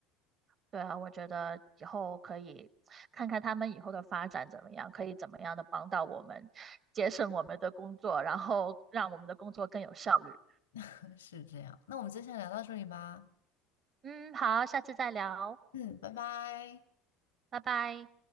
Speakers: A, on the right; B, on the left.
A: 对啊，我觉得以后可以看看他们以后的发展怎么样，可以怎么样的帮到我们，节省我们的工作，然后让我们的工作更有效率。
B: <laughs> 是这样，那我们就先聊到这里吧。
A: 嗯，好，下次再聊，
B: 嗯，拜拜。
A: 拜拜。